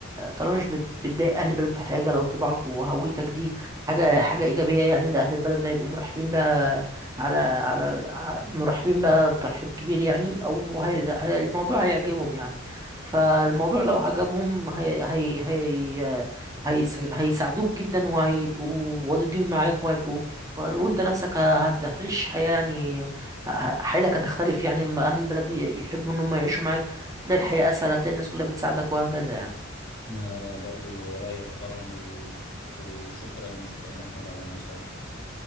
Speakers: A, on the right; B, on the left.
A: طالما مش بت- بتضايق اهل البلد في حاجه لو طباعك وهويتك دي حاجه حاجه ايجابيه يعني ده اهل البلد ده يبقوا مرحبين بقى على على ع- مرحبين بقى بترحيب كبير يعني او هي هي- الموضوع هيعجبهم يعني فالموضوع لو عجبهم هي هي هي هيس- هيساعدوك جدا وهيبقوا ودودين معاك وهيبقوا وانت نفسك ه- هت- هتعيش حياه يعني ه- حياتك هتختلف يعني اما اهل البلد ي- يحبوا ان هم يعيشوا معاك تلاقي الحياة أسهل هتلاقي الناس كلها بتساعدك وهكذا يعني
B: أنا برضو رأيي احترم و... وشكرا شكرا يا أحمد على نصايحك